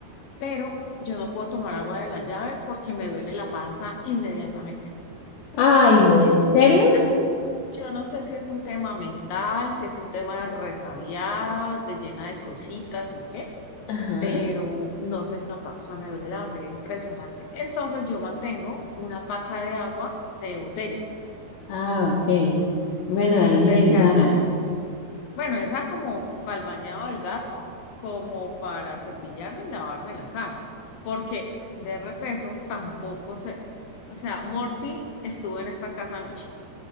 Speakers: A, on the left; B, on the left.
A: pero yo no puedo tomar agua de la llave porque me duele la panza inmediatamente.
B: Ay, no, ¿en serio?
A: O sea, yo no sé si es un tema mental, si es un tema de resabiada, de llena de cositas o qué,
B: Ajá.
A: pero no soy capaz. O sea, me duele la barriga impresionante. Entonces, yo mantengo una paca de agua de botellas.
B: Ah, ok. Bueno, ahí
A: Entonces,
B: es
A: si
B: vara.
A: algo Bueno, esa como para el bañado del gato, como para cepillarme y lavarme la cara, porque de repeso tampoco se o sea, Morphy estuvo en esta casa anoche.